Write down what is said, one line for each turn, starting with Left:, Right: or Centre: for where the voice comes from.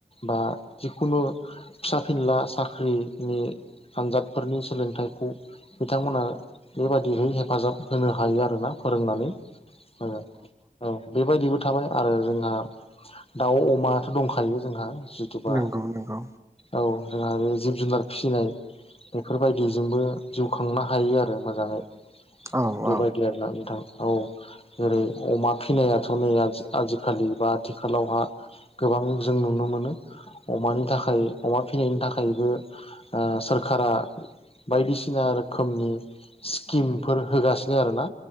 Left: बा जिखुनु फिसा फिनला साख्रिनि आनजादफोरनि सोलोंथाइखौ बिथांमोना बेबायाददिहै हेफाजाब होनो हायो आरोना फोरोंनानै औ बेबायदिबो थाबाय आरो जोंहा दाउ अमाथ' दंखायो जोंहा जुथुबा
Right: नंगौ नंगौ
Left: औ जोंहा बे जिब जुनार फिसिनाय बेफोरबायदिजोंबो जिउ खांनो हायो आरो मोजाङै
Right: औ
Left: बेबायदि
Right: औ
Left: आरोना नोंथां औ जेरै अमा फिनायाथ' नै आजिखालि बा आथिखालावहा गोबां जों नुनो मोनो अमानि थाखाय अमा फिनायनि थाखायबो सोरखारा बायदिसिना सिना रोखोमनि स्किमफोर होगासिनो आरोना